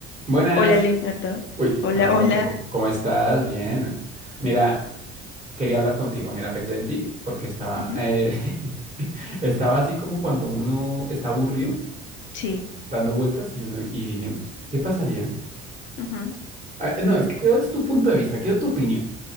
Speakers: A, on the right; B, on the left.
A: Buenas.
B: Hola, Leonardo.
A: Uy, estamos
B: Hola, hola.
A: a tiempo. ¿Cómo estás? Bien. Mira, quería hablar contigo. Mira, pensé en ti porque estaba,
B: Ujú,
A: eh, <laughs> estaba así como cuando uno está aburrido,
B: Sí.
A: dando vueltas y uno y dije, ¿qué pasaría?
B: ujú.
A: Ah, no, es que creo es tu punto de vista, quiero tu opinión.